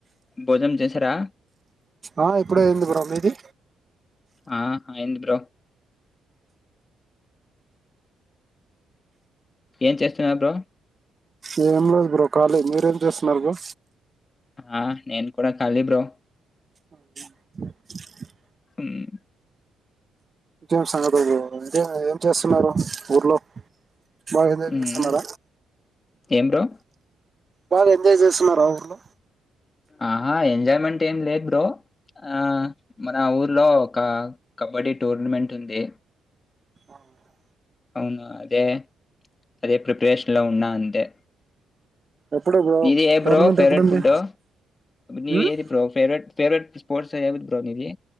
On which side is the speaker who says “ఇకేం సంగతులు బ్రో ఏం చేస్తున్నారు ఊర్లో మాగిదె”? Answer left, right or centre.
Right